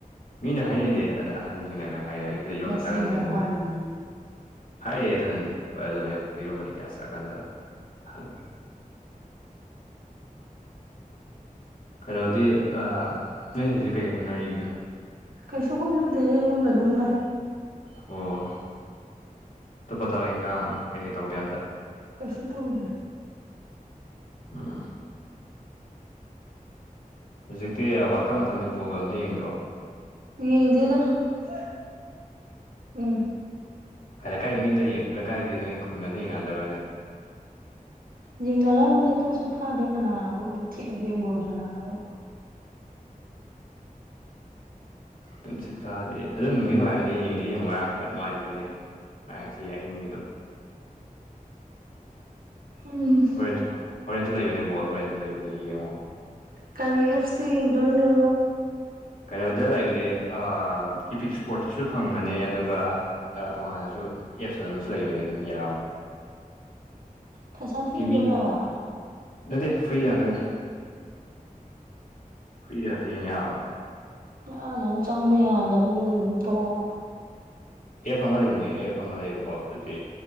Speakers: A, on the left; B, on the right.
A: ꯃꯤꯅ ꯍꯥꯏꯅꯩꯗꯤ ꯑꯗ ꯑꯍꯟꯁꯤꯡꯅꯒ ꯍꯥꯏꯔ ꯑꯌꯨꯛꯇꯗꯤ ꯏꯔꯣꯟꯕ
B: ꯉꯁꯤꯅ
A: ꯆꯥꯒꯟꯒꯅꯨ
B: ꯑꯍꯥꯟꯕꯅꯦ
A: ꯍꯥꯏꯅ ꯍꯥꯏꯌꯦ ꯑꯗꯨꯅꯅꯤ ꯈꯣꯏ ꯑꯗꯨꯅ ꯑꯌꯨꯛ ꯏꯔꯣꯟꯕꯗꯤ ꯀ꯭ꯌꯥ ꯆꯥꯒꯟꯗꯕ ꯍꯪꯏ ꯀꯩꯅꯣꯗꯤ ꯑꯥ ꯅꯣꯏ ꯍꯧꯖꯤꯛ ꯀꯩꯀꯩ ꯍꯣꯠꯅꯔꯤꯒꯦ?
B: ꯀꯩꯁꯨ ꯍꯣꯠꯅꯗꯦꯌꯦ ꯌꯨꯝꯗ ꯑꯗꯨꯝ ꯂꯩ꯫
A: ꯑꯣ ꯑꯇꯣꯞꯄ ꯊꯕꯛ ꯏꯪꯈꯥꯡ ꯀꯩꯀꯩ ꯇꯧꯗꯦ ꯑꯝꯇ
B: ꯀꯩꯁꯨꯡ ꯇꯧꯗꯦ
A: ꯎꯝ ꯍꯧꯖꯤꯛꯇꯤ ꯋꯥ꯭ꯔꯜ ꯀꯞ ꯃꯇꯝꯅꯦ ꯕꯣꯜꯒ ꯑꯝꯇ ꯌꯦꯡꯗ꯭ꯔꯣ?
B: ꯌꯦꯡꯗꯦꯗ <unintelligible> ꯎꯝ
A: ꯍꯥ ꯂꯩꯀꯥꯏ ꯃꯤ ꯑꯝꯇ ꯌꯦꯡ ꯂꯩꯀꯥꯏꯒꯤ ꯅꯣꯏ ꯈꯨꯟꯒ ꯑꯝꯇ ꯌꯦꯡꯅꯗꯕ꯭ꯔꯥꯅꯦ?
B: ꯌꯦꯡꯅꯔꯝꯒꯅꯤ ꯇꯨꯝꯁꯤꯠ ꯐꯥꯗꯦ ꯀꯅꯥꯅꯕꯨ ꯑꯗꯨꯛ ꯊꯦꯡ ꯊꯦꯡ ꯕꯣꯜ ꯁꯥꯟꯅꯔꯒ
A: ꯇꯨꯝꯁꯤꯠ ꯐꯥꯗꯦꯌꯦ ꯑꯗꯨꯗꯨꯝ ꯅꯨꯡꯗꯤ ꯅꯨꯡꯉꯥꯏꯕꯅꯦ ꯌꯦꯡꯗꯤ ꯌꯦꯡꯉꯣ ꯉꯥꯔꯥꯡꯁꯨ ꯀꯟ ꯅꯨꯡꯉꯥꯏꯈꯤꯕꯅꯦ ꯍꯥꯏ ꯉꯁꯤ ꯑꯍꯤꯡꯒꯤꯗꯣ
B: ꯎꯝ
A: ꯍꯣꯔꯦꯟꯁꯨ ꯍꯣꯔꯦꯟꯁꯨ ꯂꯩꯕꯅꯦ ꯕꯣꯜ ꯍꯣꯔꯦꯟꯁꯨ ꯂꯩꯕꯅꯦ ꯌꯦꯡꯉꯣ
B: ꯀꯔꯤ ꯑꯦꯞꯁꯇ ꯌꯦꯡꯗꯣꯏꯅꯣ?
A: ꯀꯩꯅꯣꯗ ꯂꯩꯕꯅꯦ ꯑꯥ ꯏꯄꯤꯛꯁ ꯁꯄ꯭ꯔꯣꯠꯇꯁꯨ ꯐꯪꯕꯅꯦ ꯑꯗꯨꯒ ꯑꯥ ꯇꯣꯉꯥꯟꯅꯁꯨ ꯑꯦꯞꯁ ꯑꯃꯁꯨ ꯂꯩꯕꯅꯦ ꯑꯗꯨꯝ ꯌꯥꯕꯅꯤ
B: ꯄꯩꯁꯥ ꯊꯤꯗꯣꯏꯔꯕ?
A: ꯇꯤꯚꯤ ꯅꯠꯇꯦ ꯐ꯭ꯔꯤꯗ ꯉꯥꯛꯇꯅꯦ ꯐ꯭ꯔꯤꯗ ꯉꯛꯇ ꯌꯦꯡ ꯌꯥꯕꯅꯤ
B: ꯉꯥꯔꯥꯡꯅ ꯆꯪꯕ ꯌꯥꯗꯕꯗꯨꯗ ꯑꯗꯨꯝ ꯇꯣꯛꯑꯕ
A: ꯑꯦꯐ ꯑꯃ ꯂꯩꯕꯅꯦ ꯑꯦꯐ ꯑꯃ ꯂꯩꯌꯦꯕꯀꯣ ꯑꯗꯨꯗꯤ